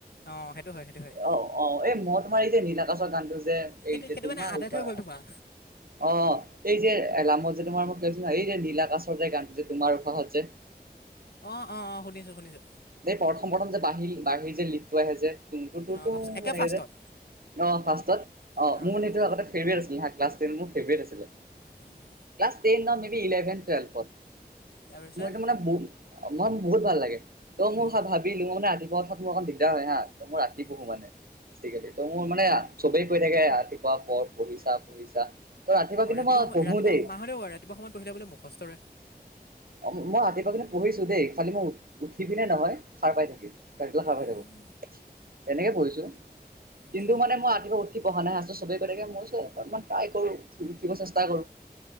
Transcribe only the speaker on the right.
অ অ এই তোমাৰ এই যে নীলআকাশৰ গানটো যে
এই যে
তোমাৰ
উশাহ
অ এই যে এলামত যে তোমাৰ মোক কৈছো এই যে নীলআকাছৰ যে গানটো যে তোমাৰ উশাহত যে
অ এই প্ৰথম প্ৰথম যে বাঁহি বাঁহিৰ যে লিটটো আহে যে তু
তো
এনেকে
যে অ ফাৰ্ষ্টত
মোৰ
মানে
এইটো আগতে ফেভৰেত আছিল ক্লাছ টেন মোৰ ফেভৰেত আছিলে
ক্লাচ ট্ৰেইন ন মে বি ইলেভেন টুৱেলভত
মইটো মানে অ মোৰ বহুত ভাল লাগে ত'
মই ভাবিলো মানে ৰাতিপুৱা উথাত মোৰ অকণ দিগদাৰ হয় হা ত মই ৰাতি
পঢ়ো মানে। ত মোৰ মানে চবেই কৈ থাকে ৰাতিপুৱা পঢ় পঢ়িছা পঢ়িছা ত'
কিন্তু
মই
পঢ়ো
দেই
অ মই ৰাতিপুৱা কিন্ত পঢ়িছো দেই খালী মোৰ উঠি পিনে নহয় সাৰ পাই থাকিম ৰাতিলে সাৰ পাই
থাকো তেনেকৈ পঢ়িছো।
কিন্তু মানে মই ৰাতিপুৱা উঠি উঠি পঢ়া নাই চবে কৈ থাকে মই চ' অকমান ট্ৰাই কৰো উঠিব চেষ্টা কৰো